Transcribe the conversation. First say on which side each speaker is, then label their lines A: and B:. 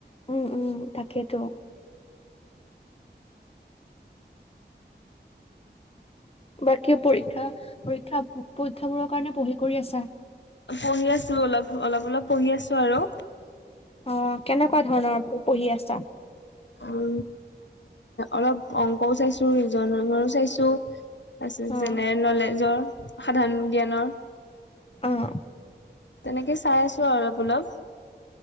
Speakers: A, on the left; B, on the left.
A: উম, উম, তাকেইতো। বাকী পৰীক্ষা, পৰীক্ষা, পৰীক্ষাবোৰৰ কাৰণে পঢ়ি কৰি আছা?
B: পঢ়ি আছ, অলপ অলপ অলপ পঢ়ি আছো আৰু।
A: অ, কেনেকুৱা ধৰণৰ পঢ়ি আছা?
B: উ, অলপ অংকও চাইছো, ৰেজইনিংৰ চাইছো। আছে,
A: অ',
B: জেনেৰেল নলেজৰ, সাধাৰণ জ্ঞানৰ।
A: উম,
B: তেনেকে চাই আছো আৰু অলপ অলপ।